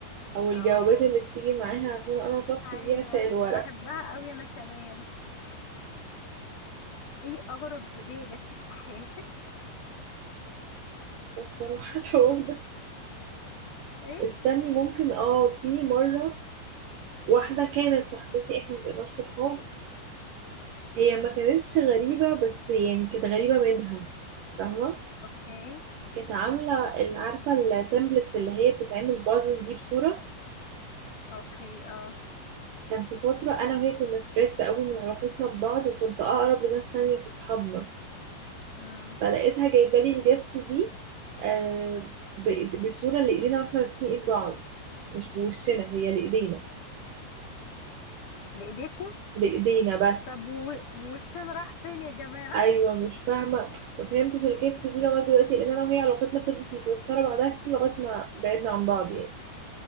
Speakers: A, on the right (about 80°); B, on the left (about 45°).
A: او
B: اه
A: الجوابات اللي بتيجي معاها عشان انا شخص
B: ايوه
A: بيعشق الورق
B: بحبها قوي انا كمان ايه اغرب هديه جاتلك في حياتك
A: بصراحة الحوار ده
B: ايه
A: استني ممكن اه في مرة واحدة كانت صاحبتي احنا مبقيناش صحاب هي ما كانتش غريبة بس يعني كانت غريبة منها فاهمة
B: اوكي
A: كانت عاملة ال- عارفة التمبلتس اللي هي بتتعمل بازل دي بصورة
B: اوكي اه
A: كان في فترة أنا وهي كنا ستريسد قوي من علاقتنا ببعض وكنت أقرب لناس تانية في صحابنا
B: امم
A: فلقيتها جايبة لي الجفت دي آه ب- بصورة لإيدينا واحنا ماسكين إيد بعض مش بوشنا هي لإيدينا
B: بايديكوا
A: لإيدينا بس
B: طب و- والشين راح فين يا جماعة
A: ايوه مش فاهمه ما فهمتش الجيفت دي لغايه دلوقتي لان انا وهي علاقتنا فضلت متوتره بعدها كتير لغايه ما بعدنا عن بعض يعني